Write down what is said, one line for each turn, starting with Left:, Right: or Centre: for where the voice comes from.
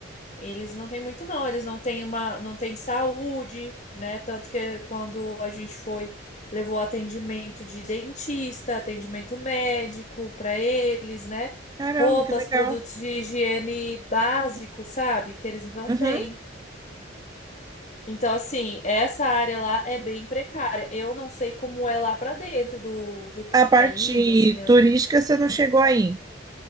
Left: eles não têm muito, não. Eles não têm uma, não têm saúde, né? Tanto que quando a gente foi, levou atendimento de dentista, atendimento médico para eles, né?
Right: Caramba,
Left: Roupas,
Right: que legal.
Left: produtos de higiene básico, sabe? Que eles não
Right: Uhum.
Left: têm. Então, assim, essa área lá é bem precária. Eu não sei como é lá pra dentro do, do
Right: A parte
Left: país, assim. é-
Right: turística você não chegou aí.